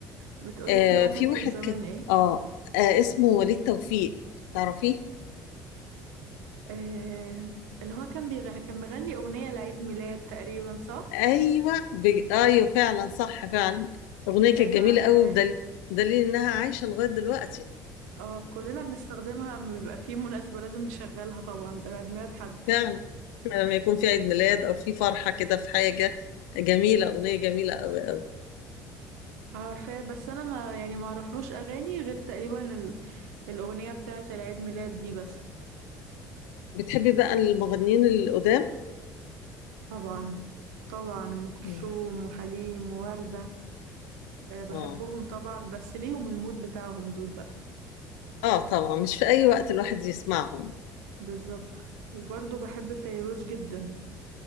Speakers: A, on the right; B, on the left.
A: بتقولي
B: آه
A: في واحد
B: في
A: كان
B: واحد
A: زمان
B: كان
A: ايه
B: آه, آه اسمه وليد توفيق تعرفيه؟
A: آه... اللي هو كان بيغ... كان مغني اغنية لعيد ميلاد تقريبا صح
B: ايوه بج... ايوه فعلا صح فعلا اغنيه كانت
A: ايوه
B: جميله
A: عارفاه
B: قوي بدليل دليل انها عايشه لغايه دلوقتي
A: اه كلنا بنستخدمها لما بيبقى في مناسبة لازم نشغلها طبعا بيبقى عيد ميلاد حد
B: فعلا لما يكون في عيد ميلاد او في فرحه كده في حاجه جميله اغنيه جميله قوي
A: عارفاه بس انا ما يعني ما اعرفلوش اغاني غير تقريبا ال... الاغنية بتاعة العيد ميلاد دي بس
B: بتحبي بقى المغنيين القدام
A: طبعا طبعا ام كلثوم
B: مم.
A: وحليم ووردة آه، بحبهم
B: اه
A: طبعا بس ليهم المود بتاعهم دول بقى
B: اه طبعا مش في اي وقت الواحد يسمعهم
A: بالظبط وبرضه بحب فيروز جدا